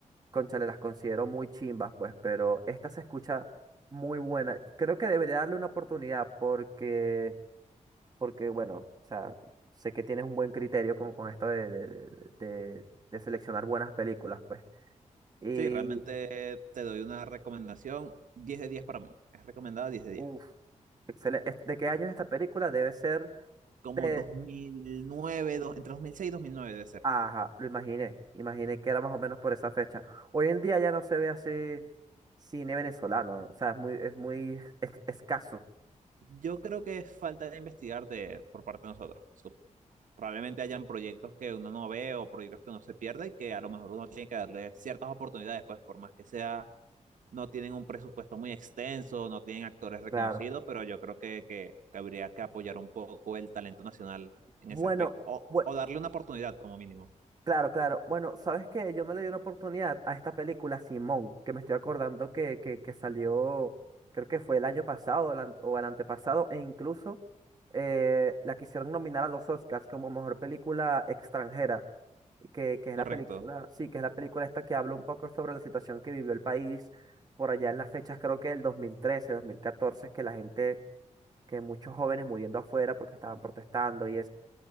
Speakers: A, on the right; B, on the right.
A: cónchale, las considero muy chimbas, pues, pero esta se escucha muy buena. Creo que debería darle una oportunidad porque, porque bueno, o sea, sé que tienes un buen criterio con, con esto de, de de- de- de seleccionar buenas películas, pues. Y
B: sí, realmente te doy una recomendación, 10 de 10 para mí. Es recomendada diez de diez
A: Uf, excelente. ¿De qué año es esta película? Debe ser
B: Como
A: de...
B: 2009, dos- entre 2006 y 2009 debe ser.
A: Ajá, lo imaginé. Imaginé que era más o menos por esa fecha. Hoy en día ya no se ve así cine venezolano. ¿no? O sea, es muy, es muy es- escaso.
B: Yo creo que es falta de investigar de, por parte de nosotros. probablemente hayan proyectos que uno no ve o proyectos que uno se pierde y que a lo mejor uno tiene que darle ciertas oportunidades, pues por más que sea, no tienen un presupuesto muy extenso, no tienen actores reconocidos,
A: Claro.
B: pero yo creo que, que, que habría que apoyar un poco el talento nacional en
A: Bueno,
B: ese aspecto o,
A: bu-
B: o darle una oportunidad como mínimo.
A: Claro, claro. Bueno, ¿sabes qué? Yo no le di una oportunidad a esta película Simón, que me estoy acordando que, que, que salió, creo que fue el año pasado o el, an- o el antepasado, e incluso eh, la quisieron nominar a los Oscars como mejor película extranjera, que, que es
B: Correcto.
A: la película, sí, que es la película esta que habla un poco sobre la situación que vivió el país por allá en las fechas, creo que del 2013, 2014, que la gente, que muchos jóvenes muriendo afuera porque estaban protestando y